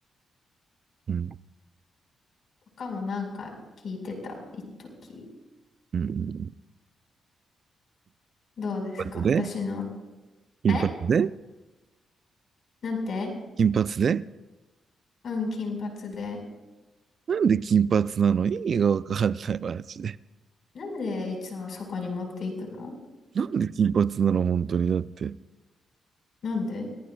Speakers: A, on the right; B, on the left.
A: うん、うん。
B: とかもなんか聴いてた、一時。
A: うん
B: どうですか私の。
A: 金髪で金髪で
B: えなんて
A: 金髪で
B: うん、金髪で。
A: なんで金髪なの意味がわかんない、マジで。
B: なんでいつもそこに持っていくの
A: なんで金髪なの本当に。だって。
B: なんで